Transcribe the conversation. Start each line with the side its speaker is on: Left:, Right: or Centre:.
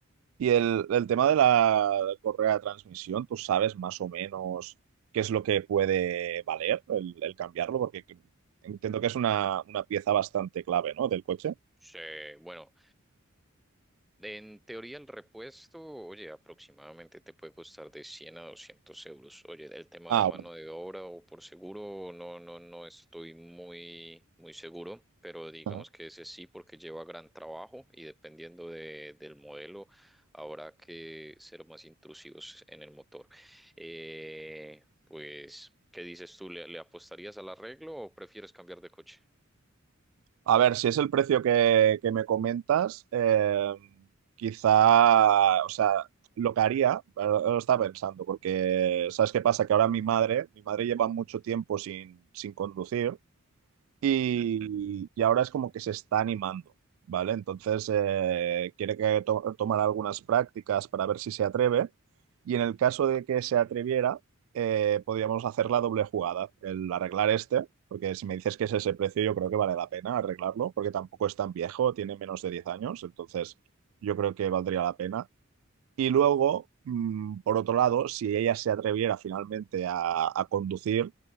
Right: Y el, el tema de la correa de transmisión, ¿tú sabes más o menos qué es lo que puede valer el, el cambiarlo? Porque que- entiendo que es una, una pieza bastante clave, ¿no? Del coche.
Centre: Sí, bueno. En teoría, el repuesto, oye, aproximadamente te puede costar de 100 a 200 euros. Oye, el tema
Right: Ah,
Centre: de mano
Right: bueno.
Centre: de obra o por seguro, no, no, no estoy muy, muy seguro, pero digamos
Right: Ajá.
Centre: que ese sí, porque lleva gran trabajo y dependiendo de, del modelo, habrá que ser más intrusivos en el motor. Eh, pues, ¿qué dices tú? ¿Le, le apostarías al arreglo o prefieres cambiar de coche?
Right: A ver, si es el precio que, que me comentas, eh, quizá, o sea, lo que haría, ahora lo estaba pensando, porque ¿sabes qué pasa? Que ahora mi madre, mi madre lleva mucho tiempo sin, sin conducir. y,
Centre: Ujú.
Right: y ahora es como que se está animando, ¿vale? Entonces eh, quiere que to- tomar algunas prácticas para ver si se atreve y en el caso de que se atreviera, eh, podríamos hacer la doble jugada, el arreglar este, porque si me dices que es ese precio, yo creo que vale la pena arreglarlo, porque tampoco es tan viejo, tiene menos de 10 años, entonces yo creo que valdría la pena. Y luego, mm, por otro lado, si ella se atreviera finalmente a, a conducir,